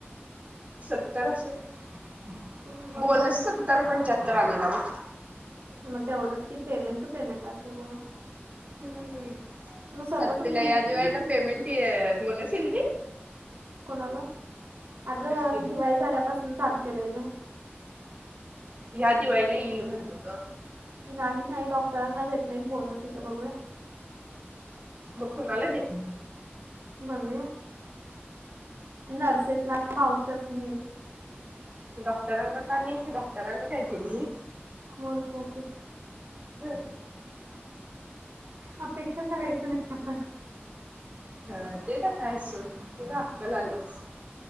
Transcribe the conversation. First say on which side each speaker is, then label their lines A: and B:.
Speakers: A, on the right; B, on the right.
A: सत्तर असलं
B: हम्म, मग
A: बोनस
B: झालं की
A: सत्तर पंच्याहत्तर आलेला होत
B: मग तेवढंच की पेमेंट टू पेमेंट असतय बोनस
A: हम्म
B: मग स्वतःच
A: तुला
B: क्लिनिक
A: या
B: नाही
A: दिवाळीला
B: आहे तुझं
A: पेमेंट बोनस येईल ना
B: कोणाला अगं
A: की
B: मी दिवाळी झाल्यापासून चालू केलंय ग
A: ह्या दिवाळीला येईल म्हणलो ग
B: नाही नाही डॉक्टरांना देत नाहीत बोनस येत बघूया
A: बकू नलादेत
B: बघ नर्सेस ना मावशसनी
A: डॉक्टरांना का नाही हे डॉक्टरांनी काय केली
B: मोर काय ते
A: अ
B: अपेक्षा करायचं नाही आपण
A: ह ते तर आहेच सोड ते तर अक्कल आल्याचं